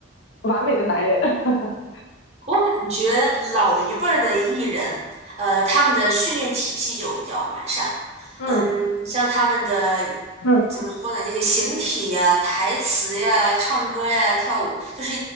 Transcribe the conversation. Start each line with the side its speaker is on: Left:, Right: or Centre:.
Left: 完美的男人。<laughs>
Right: 我感觉老一辈儿的艺人，呃，他们的训练体系就比较完善。
Left: 嗯
Right: 嗯，像他们的
Left: 嗯，
Right: 怎么说呢？那些形体呀、台词呀、唱歌呀、跳舞，就是